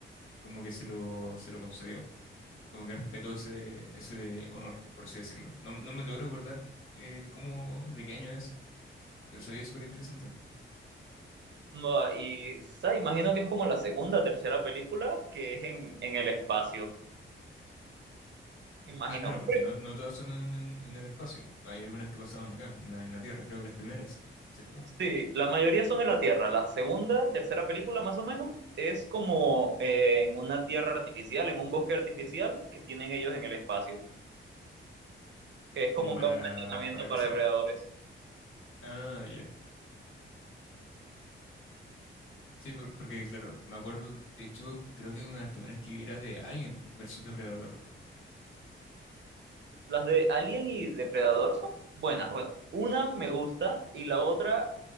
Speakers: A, on the left; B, on the right.
A: como que se lo, se lo concedió, como que respetó ese, ese honor, por así decirlo. No, no me logro acordar eh, cómo, de qué año es, pero sabía súper interesante.
B: No, y sa, imagino que es como la segunda, tercera película que es en, en el espacio. Imagino.
A: Ah, claro, porque no, no todas son en, en el espacio. Hay algunas que pasaban acá, en la, en la Tierra, creo que las primeras, ¿cierto?
B: Sí, la mayoría son en la Tierra. La segunda, tercera película más o menos es como eh, en una tierra artificial, en un bosque artificial que tienen ellos en el espacio, que es como
A: Como
B: un
A: para,
B: campo de entrenamiento
A: para
B: para
A: cazar.
B: depredadores.
A: Ah, ya. Sí, por- porque claro, me acuerdo, de hecho, creo que una de las primeras que vi era de Alien versus Depredador.
B: Las de Alien y Depredador son buenas. Bueno, una me gusta y la otra